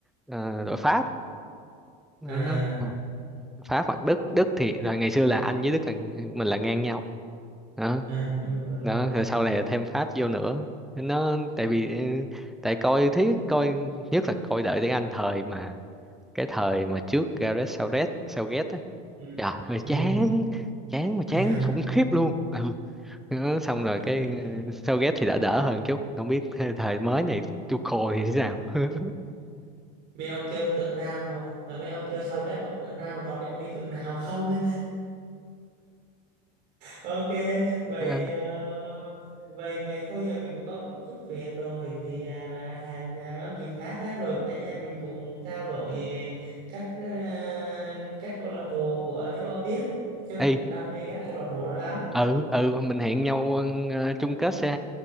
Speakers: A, in the centre; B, on the right.
A: ờ, đội Pháp Đó.
B: à
A: Pháp hoặc Đức Đức thì rồi ngày xưa là Anh với Đức là mình là ngang nhau đó
B: à đúng rồi đúng
A: đó
B: rồi
A: rồi sau này là thêm Pháp vô nữa nó tại vì ừ, tại coi thiết coi nhất là coi đợi tiếng Anh thời mà cái thời mà trước Gareth Southgate Southgate á
B: ừ
A: trời ơi, chán
B: ừ
A: chán mà chán
B: chán
A: khủng khiếp
B: ông
A: luôn ừ. Đó, xong rồi
B: phải
A: cái
B: luyện nhiều.
A: ừ, Southgate thì đã đỡ hơn chút không biết thời thời mới này Tuchel thì thế nào <laughs>
B: mấy ông kêu cỡ nam mà à, mấy ông kêu sao ghét ông cỡ nam mà toàn để ông đi cỡ nào không á. ok vậy
A: Vâng.
B: ờ, vậy vậy thôi giờ mình cũng có chút việc rồi thì à, hẹn à, ông dịp khác á rồi anh em mình cùng trao đổi về các à, các câu lạc bộ của châu Âu tiếp cho mình
A: <laughs> Ê,
B: cũng đam mê các câu lạc bộ đó lắm
A: ừ ừ mình hẹn nhau ờ, chung kết xe